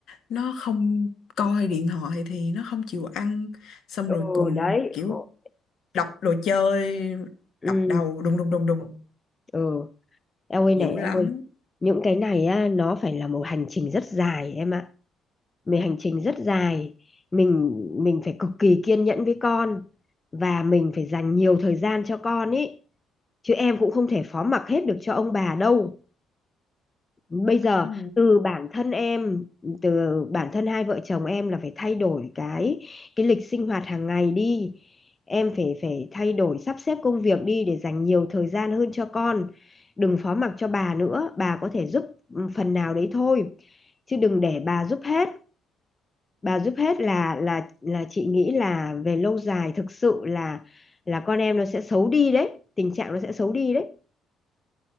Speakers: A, on the left; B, on the left.
A: nó không coi điện thoại thì nó không chịu ăn xong
B: ừ
A: rồi còn
B: đấy
A: kiểu
B: khổ
A: đập đồ chơi
B: ừ
A: đập đầu đùng đùng đùng đùng
B: ừ em ơi
A: dữ
B: này em
A: lắm
B: ơi những cái này á nó phải là một hành trình rất dài em ạ mình hành trình rất dài mình mình phải cực kỳ kiên nhẫn với con và mình phải dành nhiều thời gian cho con ý chứ em cũng không thể phó mặc hết được cho ông bà đâu bây giờ
A: ừ.
B: từ bản thân em từ bản thân hai vợ chồng em là phải thay đổi cái cái lịch sinh hoạt hàng ngày đi em phải phải thay đổi sắp xếp công việc đi để dành nhiều thời gian hơn cho con đừng phó mặc cho bà nữa bà có thể giúp ừ, phần nào đấy thôi chứ đừng để bà giúp hết bà giúp hết là là là chị nghĩ là về lâu dài thực sự là là con em nó sẽ xấu đi đấy tình trạng nó sẽ xấu đi đấy